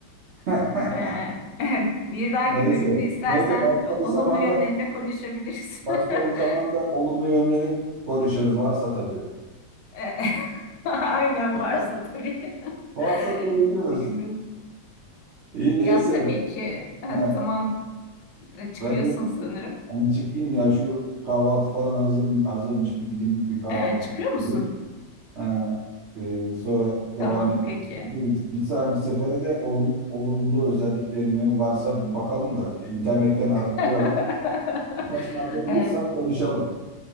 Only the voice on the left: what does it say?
Ee, <laughs> bir dahaki
bölümde istersen
e, olumlu
yönlerinde konuşabiliriz.
<laughs>
Ee, <laughs> Aynen varsa tabii.
<laughs>
Bilmiyorum.
Ya tabii ki E,
tamam e, çıkıyorsun
sanırım.
E, çıkıyor
musun?
Tamam
peki.
<laughs>
Evet